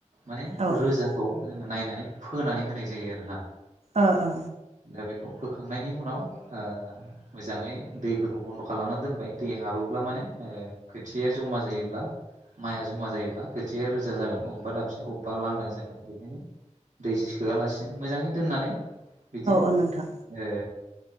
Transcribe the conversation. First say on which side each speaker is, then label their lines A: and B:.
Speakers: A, on the right; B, on the right.
A: माने
B: औ ओ
A: रोजा खौ जोङो नायनानै फोनानै होनाय जायो आरोना
B: ओ ओ
A: दा बेखौ फोखांनायनि उनाव ओ मोजाङै दैफोरखौ बन्द' खालामनानै दोनबाय दै हाबोब्ला माने ओ खोथिया जमा जायोब्ला माइआ जमा जायोब्ला खोथिया रोजा जागोन अबेबा दाबसे अबेबा लांदां जागोन बेखायनो दै सोआलासिनो मोजाङै दोननानै बिदिनो
B: औ नोंथां
A: ओ